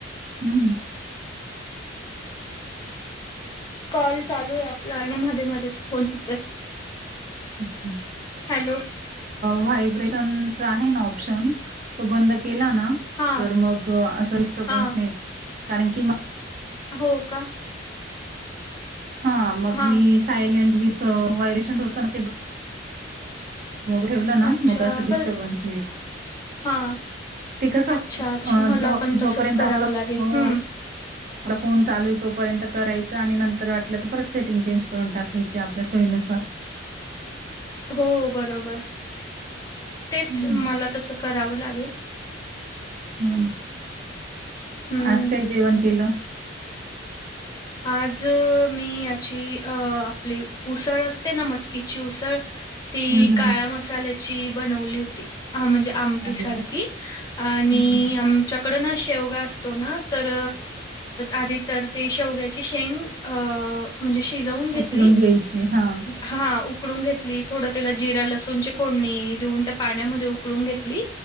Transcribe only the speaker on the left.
कॉल चालू आहे आपला आणि मध्ये मध्येच फोन घेतच
हॅलो
हा
हा
हो का
हा.
अच्छा,
बरं
हां.
अच्छा,
अच्छा. मला
पण तसंच
करावं
लागेल.
हं.
हो बरोबर तेच
मला तसं करावं लागेल
हं.
आज मी याची अ आपली उसळ असते ना मटकीची उसळ ती
काळ्या
मसाल्याची बनवली होती हा म्हणजे आमटी
सारखी
आणि
आम च्याकड ना शेवगा असतो ना तर आधी तर ते शेवग्या शेंग म्हणजे शिजवून घेतली
हा उकडून घेतली थोडं त्याला जिरा लसूणची फोडणी देऊन त्या पाण्यामध्ये उकळून घेतली